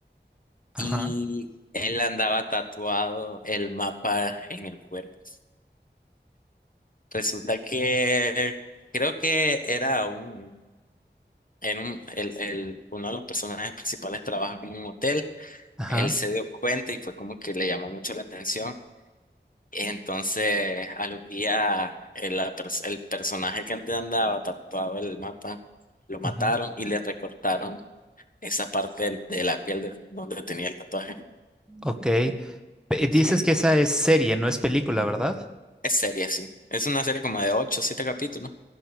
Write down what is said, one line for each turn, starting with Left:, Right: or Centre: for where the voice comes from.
Centre: Ajá,
Left: y él andaba tatuado el mapa en el cuerpo. Resulta que creo que era un En un, el, el, uno de los personajes principales trabaja como en un hotel.
Centre: ajá.
Left: Él se dio cuenta y fue como que le llamó mucho la atención. Entonces, al los días, el, la pers- el personaje que antes andaba tatuado en el mapa, lo mataron
Centre: ujú,
Left: y le recortaron esa parte del- de la piel de donde tenía el tatuaje.
Centre: Ok. Pe- Dices
Left: Sí,
Centre: que esa es serie, no es película, ¿verdad?
Left: es serie, sí. Es una serie como de 8 o 7 capítulos.